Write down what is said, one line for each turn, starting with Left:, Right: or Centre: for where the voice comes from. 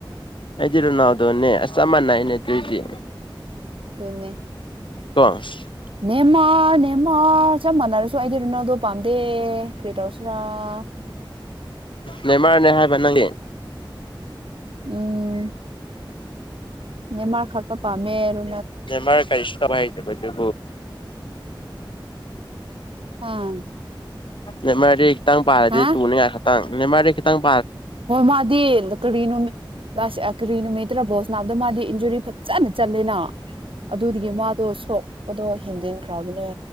Left: ꯑꯩꯗꯤꯔꯨꯅꯥꯎꯗꯣꯅꯦ ꯑ ꯆꯃꯥꯟꯅꯏꯅꯦ ꯑꯗꯨꯔꯤꯗꯤ
Right: ꯑꯗꯨꯣꯟꯅꯦ
Left: ꯄꯁ
Right: ꯅꯦꯃ ꯅꯦꯃ ꯁ ꯅꯔꯁꯨ ꯑꯗꯤꯔ ꯅꯗꯣ ꯄꯥꯟꯗꯦ ꯀꯦꯇ ꯑꯣꯁꯤꯔ <unintelligible>
Left: ꯅꯦꯝꯃꯔꯅꯦ ꯍꯥꯏꯕ ꯅꯪꯒꯤ
Right: ꯎꯝ ꯅꯦ ꯃꯥ ꯀꯛꯇꯄ ꯃꯦꯔ
Left: ꯅ ꯃꯔꯔ ꯀꯔꯤꯁꯇ ꯍꯥꯏꯦ ꯍ
Right: ꯑꯥ
Left: ꯑꯦ ꯃꯥꯗꯤ ꯈꯤꯇꯪ ꯄꯥꯔꯗꯤ
Right: ꯍꯥ
Left: ꯇꯨꯅꯤꯉꯥꯏ ꯈꯛꯇꯪ ꯅꯦꯃꯥꯏꯔ ꯈꯈꯤꯪ
Right: ꯍꯣꯏ ꯃꯥꯗꯤ ꯀꯔꯤ ꯅꯨꯃꯤꯠ ꯂ ꯀꯔꯤ ꯅꯨꯃꯤꯠꯇ꯭ꯔꯥꯕꯣ ꯅꯥꯝꯗ ꯃꯥꯗꯤ ꯏꯟꯖꯨꯔꯤ ꯐꯖꯅ ꯆꯠꯂꯦꯅ ꯑꯗꯨꯗꯒꯤ ꯃꯥꯗꯣ ꯁꯣꯛꯄꯗꯣ ꯍꯦꯟꯖꯤꯟꯈ꯭ꯔꯕꯅꯦ